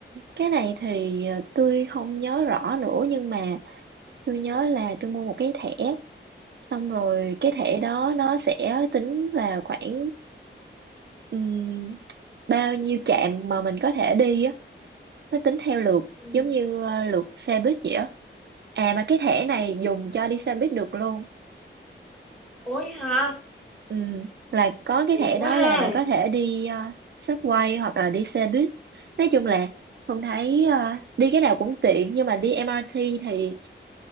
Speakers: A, on the right; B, in the centre.
A: cái này thì ờ, tôi không nhớ rõ nữa nhưng mà tôi nhớ là tôi mua một cái thẻ xong rồi cái thẻ đó nó sẽ tính là khoảng ừm, bao nhiêu trạm mà mình có thể đi á nó tính theo lượt
B: Ừm.
A: giống như ờ, lượt xe buýt vậy á à mà cái thẻ này dùng cho đi xe buýt được luôn
B: Ôi ha,
A: Ừ, là có cái
B: tiện
A: thẻ đó
B: quá ha.
A: là bà có thể đi ờ, subway hoặc là đi xe buýt. Nói chung là Hùng thấy ờ, đi cái nào cũng tiện nhưng mà đi MRT thì